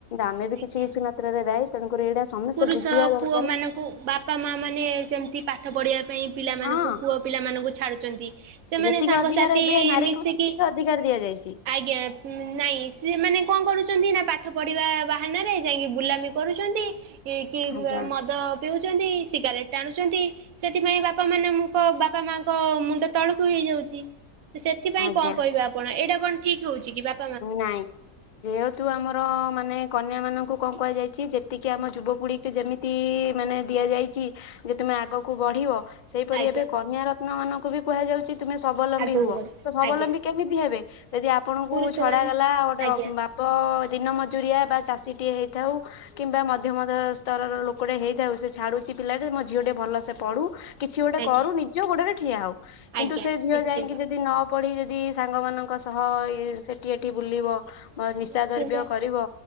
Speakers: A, on the left; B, on the right.
A: ଆମେ ବି
B: ଆଜ୍ଞା।
A: କିଛି କିଛି ମାତ୍ରାରେ ଦାୟୀ ତେଣୁକରି ଏଇଟା ସମସ୍ତେ
B: ପୁରୁଷ
A: ବୁଝିବା ଦରକାରେ।
B: ପୁଅ ମାନଙ୍କୁ ବାପା ମା ମାନେ ସେମତି ପାଠ ପଢିବା ପାଇଁ ପିଲାମାନଙ୍କୁ
A: ହଁ
B: ପୁଅ ପିଲାମାନଙ୍କୁ ଛାଡୁଛନ୍ତି। ସେମାନେ
A: ଯେତିକି
B: ସାଙ୍ଗସାଥି
A: ଅଧିକାର ଏବେ ନାରୀକୁ
B: ମିଶିକି।
A: ସେତିକି ଅଧିକାର ଦିଆଯାଇଛି।
B: ଆଜ୍ଞା। ନାଇଁ ସିଏ ମାନେ କଣ କରୁଛନ୍ତି ନା ପାଠ ପଢିବା ବାହାନାରେ ଯାଇକି ବୁଲାମି କରୁଛନ୍ତି। କି କି
A: ଆଜ୍ଞା
B: ମଦ ପିଉଛନ୍ତି ସିଗାରେଟ୍ ଟାଣୁଛନ୍ତି। ସେଥିପାଇଁ ବାପା ମାନେ ମୁକ। ବାପା ମାଙ୍କ ମୁଣ୍ଡ ତଳକୁ ହେଇଯାଉଛି। ସେଥିପାଇଁ
A: ଆଜ୍ଞା
B: କଣ କହିବେ ଆପଣ ଏଇଟା କଣ ଠିକ ହଉଛି କି ବାପ-
A: ନାଇଁ। ଯେହେତୁ ଆମର ମାନେ କନ୍ୟା ମାନଙ୍କୁ କଣ କୁହାଯାଇଛି ଯେତିକି ଆମ ଯୁବପିଢି- ଯେମିତି ମାନେ ଦିଆଯାଇଛି ଯେ ତୁମେ ଆଗକୁ ବଢିବ। ସେହିପରି
B: ଆଜ୍ଞା।
A: ଏବେ କନ୍ୟା ରତ୍ନ ମାନଙ୍କୁ ବି କୁହାଯାଉଛି। ତୁମେ ସ୍ୱାଵଲମ୍ବୀ
B: ଆଗକୁ
A: ହୁଅ
B: ବଢ
A: ତ ସବଲମ୍ବୀ
B: ଆଜ୍ଞା
A: କେମିତି ହେବେ? ଯଦି ଆପଣଙ୍କୁ
B: ପୁରୁଷ
A: ଛଡାଗଲା
B: ମାନେ
A: ଗୋଟେ
B: ଆଜ୍ଞା।
A: ବା- ତ ଦିନ ମଜୁରିଆ ବା ଚାଷୀଟିଏ ହେଇଥାଉ- କିମ୍ବା ମଧ୍ୟମ ଧରଣର ସ୍ତରର ଲୋକଟେ ହେଇଥାଉ ସେ ଛାଡୁଛି ପିଲା ଟେ ମୋ ଝିଅ ଟେ ଭଲସେ ପଢୁ। କିଛି ଗୋଟେ
B: ଆଜ୍ଞା
A: କରୁ ନିଜ ଗୋଡରେ ଠିଆ ହଉ କିନ୍ତୁ
B: ଆଜ୍ଞା
A: ସେ ଝିଅ
B: ନିଶ୍ଚିନ୍ତ
A: ଯାଇକି ଯଦି ନ- ପଢି ଯଦି ସାଙ୍ଗମାନଙ୍କ ସହ ଏ ସେଠି ଏଠି ବୁଲିବ। ନିଶା
B: ନିଶ୍ଚିନ୍ତ
A: ଦ୍ରବ୍ୟ କରିବ